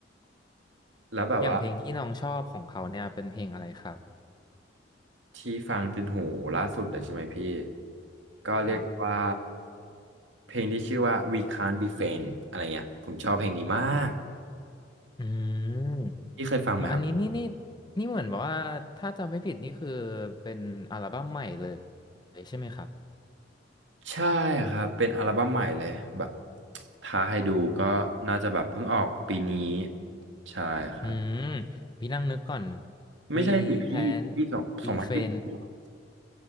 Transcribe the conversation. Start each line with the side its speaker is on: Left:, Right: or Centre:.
Right: แล้วแบบว่า
Left: อย่างเพลงที่น้องชอบของเขาเนี่ยเป็นเพลงอะไรครับ
Right: ที่ฟังติดหูล่าสุดเลยใช่ไหมพี่ก็เรียกว่า
Left: ครับ
Right: เพลงที่ชื่อว่า We Can't Be Friends อะไรเงี้ยผมชอบเพลงนี้มาก
Left: อืม
Right: พี่เคยฟังไหมครับ
Left: มันอันนี้นี่นี่นี่เหมือนแบบว่าถ้าจำไม่ผิดนี่คือเป็นอัลบั้มใหม่เลยใช่ไหมครับ
Right: ใช่ครับเป็นอัลบั้มใหม่เลยแบบถ้าให้ดูก็น่าจะแบบเพิ่งออกปีนี้ใช่ครับ
Left: อืมพี่นั่งนึกก่อน
Right: ไม่ใช่หรือพี่พี่สองสองพันยี่สิบ
Left: We can be friends